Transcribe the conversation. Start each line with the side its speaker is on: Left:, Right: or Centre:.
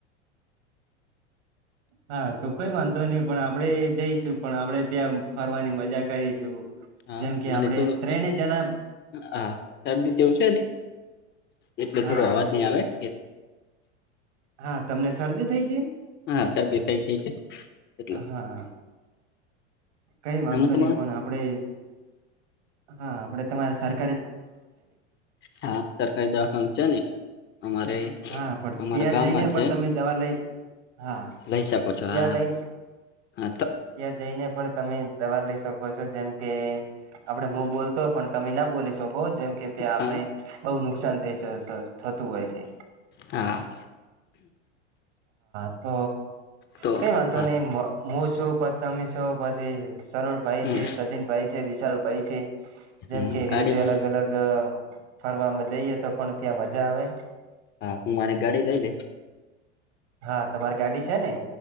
Right: હા તો કોઈ વાંધો નહી પણ આપડે જઈશું પણ આપડે ત્યાં ફરવાની મજા કરીશું
Left: હા
Right: જેમ કે
Left: મને
Right: આપડે
Left: થોડો
Right: ત્રણે જણા
Left: હાારીી જેવું છે ને એટલે
Right: હા
Left: થોડો અવાજ નહી આવેલે
Right: હા તમને શરદી થઈ છે
Left: હા શદીી થઈ ગઈ છે એટલે
Right: હા કઈ વાંધતો
Left: એમણે તમારે
Right: નહી પણ આપણેે હા આપડે તમારે સર
Left: હા સરકારી દવાખાઓ છે ને અમારે
Right: હા પણ
Left: અમારા
Right: ત્યાં
Left: ગામમાં
Right: જઈને પણ
Left: છે
Right: તમે દવા લઈ હા
Left: લઈ શકો છો હા
Right: એ લઈન
Left: હા તો
Right: ત્યાં જઈને પણ તમે દવા લઈ શકો છો જેમ કે આપડે હું બોલતો હો પણ તમે ના બોલી શકો જેમ કે ત્યાં આપણે
Left: હા
Right: બહુ નુકસાન થઈ થતું હોય છે
Left: હા
Right: હ
Left: તો
Right: કઈ વાનતો
Left: હા
Right: નહી હું છું પતામી છું પછી શરૂણ ભાઈ
Left: હમ
Right: છે સચિન ભાઈ છે વિશાલ ભાઈ છે જેમ
Left: હમ
Right: કે એવી
Left: ગાડીમાં
Right: રીતે અલગ અલગ ફરવામાં જઈએ તો પણ ત્યાં મજા આવે
Left: હા હું મારી ગાડી લઈ લે
Right: હા તમારી ગાડી છે ને